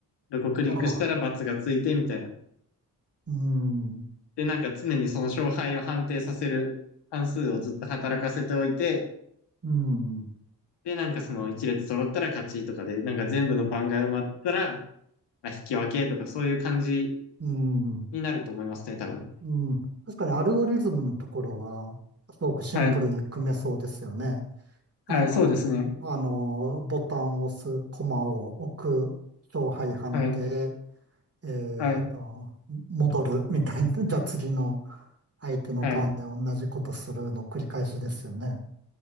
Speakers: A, on the left; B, on the right.
A: どこクリックしたら×がついて、
B: あ、ああ、
A: みたいな。
B: うん。
A: で、なんか常にその勝敗を判定させる関数をずっと働かせておいて、
B: うん、うん、
A: で、なんかその一列揃ったら勝ちとかで、なんか全部の番が埋まったら、まあ、引き分けとかそういう感じ
B: うん、
A: になると思いますね、多分。
B: うん。確かにアルゴリズムのところは、すごくシンプルに組めそうですよね。
A: はい。
B: あの、
A: はい、そうですね。
B: あの、ボタンを押す、コマを置く、勝敗判定、
A: はい。
B: えっと、
A: はい。
B: 戻るみたいな。<laughs> じゃあ次の相手のターンで同じことするの繰り返しですよね。
A: はい。